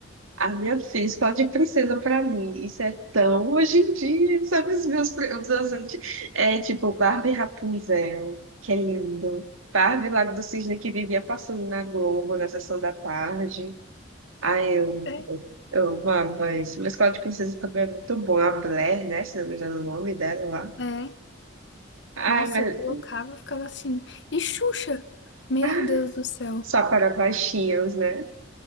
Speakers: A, on the right (about 85°); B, on the left (about 60°).
A: A minha filha, escola de princesa pra mim. Isso é tão hoje em dia, sabe? Os meus, pri- os meus anti- É tipo Barbie Rapunzel, que é lindo. Barbie Lago do Cisne, que vivia passando na Globo, na sessão da tarde. Ai, eu,
B: Sei.
A: eu amava isso. Mas escola de princesa também é muito bom. A Blair, né? Se não me engano o nome dela lá.
B: É,
A: Ai,
B: nossa,
A: mas
B: eu colocava, ficava assistindo. E Xuxa, meu
A: ah,
B: Deus do céu.
A: só para baixinhos, né?